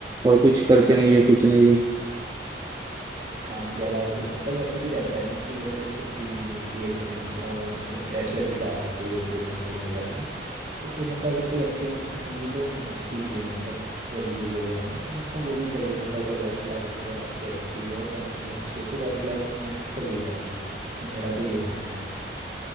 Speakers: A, on the right; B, on the right.
A: और कुछ करते नहीं है कुछ नहीं है
B: काम के अलावा कुछ मतलब ऐसा भी रहता है ना कि जैसे छुट्टी भी नहीं मिलती है कभी और मतलब प्रेशर भी डाल रही होती है कंपनी वगैरह ना तो फिर मतलब अगर कोई अच्छी कंपनी मिल गई तो वो समझती भी है मतलब वैल्यूज़ वगैरह ना तो मतलब वो भी सही है मतलब अगर वर्क लाइफ अगर आपकी अच्छी हो और कंपनी अच्छी हो तो वर्क लाइफ अपने आप ही सही हो जाती है तो मेरा तो ये मानना है